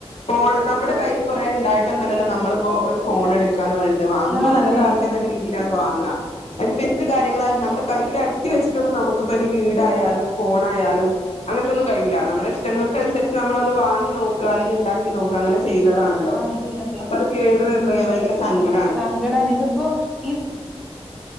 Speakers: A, on the left (about 75°); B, in the centre.
A: ഫോൺ നമ്മടെ കയ്യില് കൊറേ ഇണ്ടായിട്ടൊന്ന്വല്ലല്ലോ നമ്മളിപ്പോ ഒര് ഫോണെടുക്കാന്ന് പറിണത് വാങ്ങുമ്പം
B: ആഹ്
A: നല്ലതാവട്ടെന്നുള്ള
B: അതെ
A: രീതിയിലാ വാങ്ങാ അയ്ന് പ്പെന്ത് കാര്യങ്ങളാലും നമ്മടെ കയ്യിൽ അട്ടി വെച്ചിട്ടൊന്നും നമുക്ക്പ്പയ്ന് വീടായാലും ഫോണായാലും അങ്ങൻത്തെന്നും കയൂല്ല നമ്മടെ ഇഷ്ടങ്ങൾ ക്കൻസര്ച്ച് നമ്മളൊന്ന് വാങ്ങി നോക്ക അല്ലെങ്കി ഇണ്ടാക്കി നോക്ക അങ്ങനെ ചെയ്യുന്നതാണല്ലോ
B: ആഹ് അതെ അതെ
A: അപ്പത് കേടു വരുമ്പഴേ ഭയങ്കര സങ്കടാണ്
B: സങ്കടാണ് ഇത്പ്പോ ഈ